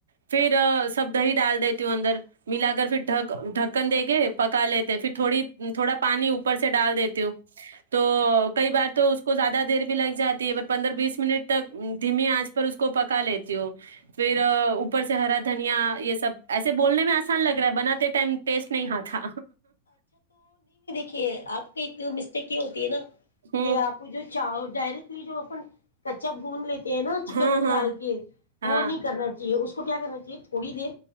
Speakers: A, on the right; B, on the left.
A: پھر سب دہی ڈال دیتے اندر ملا کر پھر ڈ ڈھکن دے کے پکا لیتے پھر تھوڑی تھوڑا پانی اوپر اوپر سے ڈال دیتی ہوں تو کئی بار تو اس اس کو زیادہ دیر بھی لگ جاتی ہے پندرہ بیس منٹ تک دھیمی آنچ پر اس کو پکا لیتی ہو پھر اوپر سے ہرا دھنیا یہ سب ایسے بولنے میں آسان لگ رہا ہے بناتے ٹائم ٹیسٹ نہیں ہ تھا
B: کہ آپ کے کیوں مسٹیک ہوتی ہے نا
A: ہوں
B: کہ آپ ڈائرٹلی جو اپ کچا بھون لی ہے نا چکن
A: ہاں
B: کو
A: ہاں
B: ڈال کے وہ
A: ہاں
B: نہیں کرنا چاہیے اس کو کیا کرنا چاہیے تھوڑی دیر